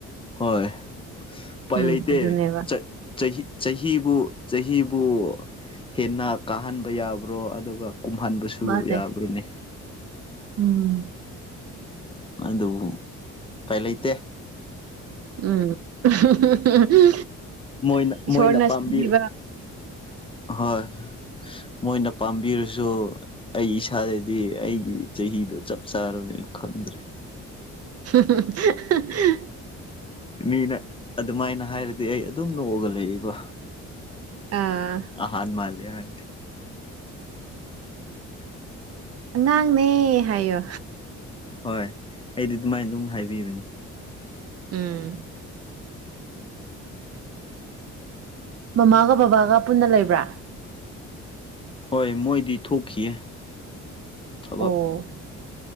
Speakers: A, on the left; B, on the right.
A: ꯍꯣꯏ ꯎꯄꯥꯏ
B: ꯎꯝ
A: ꯂꯩꯇꯦ
B: ꯑꯗꯨꯅꯦꯕ
A: ꯆ ꯆꯍꯤ ꯆꯍꯤꯕꯨ ꯆꯍꯤꯕꯨ ꯍꯦꯟꯅ ꯀꯥꯍꯟꯕ ꯌꯥꯕ꯭ꯔꯣ ꯑꯗꯨꯒ ꯀꯨꯝꯍꯟꯕꯁꯨ
B: ꯃꯥꯅꯦ
A: ꯌꯥꯕ꯭ꯔꯣꯅꯦ
B: ꯎꯝ
A: ꯑꯗꯨꯕꯨ ꯎꯄꯥꯏ ꯂꯩꯇꯦ
B: ꯎꯝ <unintelligible>
A: ꯃꯣꯏꯅ
B: ꯏꯁꯣꯔꯅ
A: ꯃꯣꯏꯅ ꯄꯥꯝꯕꯤ
B: ꯁꯤꯟꯕꯤꯕ
A: ꯍꯣꯏ ꯃꯣꯏꯅ ꯄꯥꯝꯕꯤꯔꯁꯨ ꯑꯩ ꯏꯁꯥꯗꯗꯤ ꯑꯩꯒꯤ ꯆꯍꯤꯗꯣ ꯆꯞ ꯆꯥꯔ <unintelligible> ꯈꯪꯗ꯭ꯔꯦ
B: <unintelligible>
A: ꯃꯤꯅ ꯑꯗꯨꯃꯥꯏꯅ ꯍꯥꯏꯔꯗꯤ ꯑꯩ ꯑꯗꯨꯝ ꯅꯣꯛꯑꯒ ꯂꯩꯕ
B: ꯑꯥ
A: ꯑꯍꯥꯟ ꯃꯥꯂꯦ <unintelligible>
B: ꯑꯉꯥꯡꯅꯦ ꯍꯥꯏꯌꯣ
A: ꯍꯣꯏ ꯑꯩꯗꯤ ꯑꯗꯨꯃꯥꯏꯅ ꯑꯗꯨꯝ ꯍꯥꯏꯕꯤꯕꯅꯤ
B: ꯎꯝ ꯃꯃꯥꯒ ꯕꯕꯥꯒ ꯄꯨꯟꯅ ꯂꯩꯕ꯭ꯔꯥ
A: ꯍꯣꯏ ꯃꯣꯏꯗꯤ ꯊꯣꯛꯈꯤꯌꯦ ꯊꯕꯛ
B: ꯑꯣ